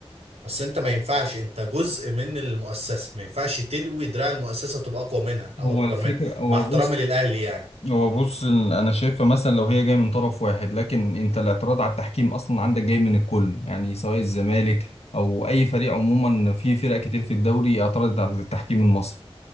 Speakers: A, on the right; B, on the left.
A: بس انت ما ينفعش انت جزء من المؤسسه ما ينفعش تلوي دراع المؤسسه تبقى اقوى منها او
B: هو
A: اكبر
B: الفكرة
A: منها
B: هو
A: مع احترامي
B: بص
A: للاهلي يعني
B: هو بص ال- أنا شايفها مثلا لو هي جاية من طرف واحد لكن أنت الاعتراض على التحكيم أصلا عندك جاي من الكل يعني سواء الزمالك أو أي فريق عموما في فرق كتير في الدوري اعترضت على التحكيم المصري